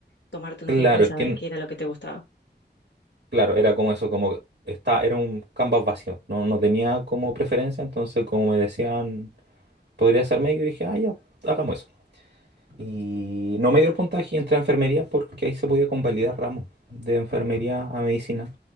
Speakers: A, on the left; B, on the right.
A: tomarte un
B: Claro,
A: tiempo y saber
B: es que
A: qué era lo que te gustaba.
B: Claro, era como eso, como está, era un canvas vacío, no, no tenía como preferencia, entonces como me decían, podría ser medio, dije, ah, ya, hagamos eso. Y no me dio el puntaje y entré a enfermería porque ahí se podía convalidar ramos de enfermería a medicina.